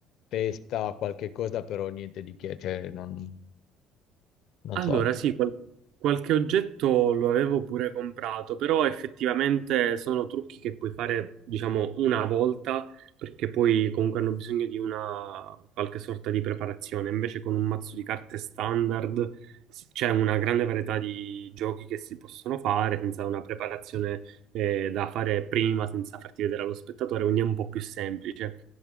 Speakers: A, on the left; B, on the right.
A: festa, qualche cosa, però niente di che, cioè, non, non
B: Allora,
A: so altro.
B: sì, qual- qualche oggetto lo avevo pure comprato, però effettivamente sono trucchi che puoi fare, diciamo, una volta, perché poi comunque hanno bisogno di una qualche sorta di preparazione. Invece con un mazzo di carte standard s- c'è una grande varietà di giochi che si possono fare senza una preparazione eh, da fare prima, senza farti vedere allo spettatore, quindi è un po' più semplice.